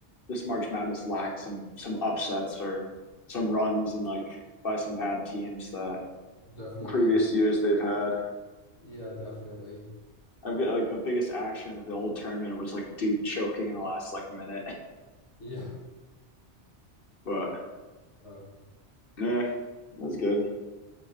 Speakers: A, on the left; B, on the left.
A: this March Madness lacked some some upsets or some runs and like by some bad teams that
B: Definitely.
A: previous years they've had.
B: Yeah, definitely.
A: I feel like the biggest action of the whole tournament was like Duke choking in the last like minute. <laughs>
B: Yeah.
A: But
B: Uh,
A: yeah, it was good.